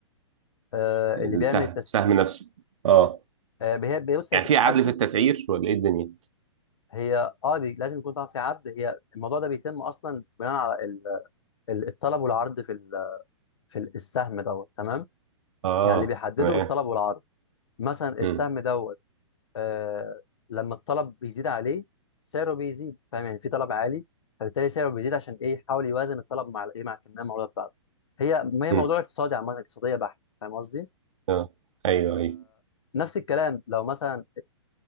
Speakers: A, on the left (about 70°); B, on the right (about 85°).
A: آه،
B: السهم
A: اللي بيعمل التس...
B: سهم نفسه اه
A: آه، هي بص
B: يعني
A: هي بتتحدد
B: في عدل في التسعير ولا ايه الدنيا
A: هي اه بي... لازم يكون طبعا في عرض هي الموضوع ده بيتم اصلا بناء على ال... ال- الطلب والعرض في ال... في ال- السهم دوت تمام
B: اه
A: يعني اللي بيحدده
B: تمام
A: الطلب والعرض مثلا السهم
B: امم
A: دوت آه لما الطلب بيزيد عليه سعره بيزيد فاهم يعني في طلب عالي فبالتالي سعره بيزيد عشان ايه يحاول يوازن الطلب مع الايه مع الكميه المعروضه بتاعته هي هي
B: امم
A: موضوع اقتصادي عامه اقتصاديه بحت فاهم قصدي
B: اه ايوه ايوه
A: فنفس الكلام لو مثلا